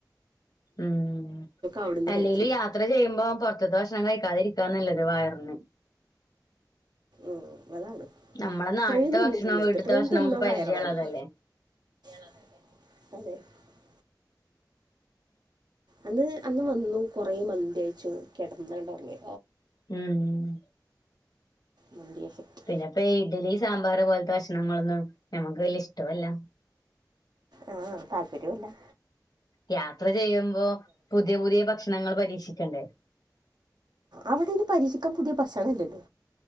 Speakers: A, on the left; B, on the right.
A: ഉം
B: അവിടുന്ന്
A: അല്ലേലും
B: കഴിച്ചു
A: യാത്ര ചെയ്യുമ്പോ, പൊർത്ത്ത്തെ ഭക്ഷണം കഴിക്കാതിരിക്കാ നല്ലത് വയറിന്. <inaudible>
B: ഉം അതാണ്
A: നമ്മളെ നാട്ട്ത്തെ
B: ട്രെയിനിൽ
A: ഭക്ഷണും,
B: ഒന്നും തിന്നരുത്
A: വീട്ട്ത്തെ
B: ട്രെയിനിൽ
A: ഭക്ഷണും
B: തിന്നാ
A: നമുക്ക് പരിചയള്ളതല്ലെ.
B: വയറിളകും <unintelligible> അന്ന്, അന്ന് വന്നു കൊറേ മന്തികയിച്ചു കെടന്നണ്ടൊറങ്ങി
A: ഉംമ്......
B: മന്തി എഫക്റ്റ്
A: പിന്നെപ്പെയ് ഇഡലി സാമ്പാറ്പോലത്തെ ഭക്ഷണങ്ങളൊന്നും ഞമ്മക്ക് വല്യെഷ്ട്ടോല്ലാ.
B: ആ താല്പരയോല്ല്യാ.
A: യാത്ര ചെയ്യുമ്പോ പുതിയപുതിയേ ഭക്ഷണങ്ങള് പരീക്ഷിക്കണ്ടേ.
B: അവിടെയ്ന് പരീക്ഷിക്കാൻ പുതിയ ഭക്ഷണല്ലല്ലോ..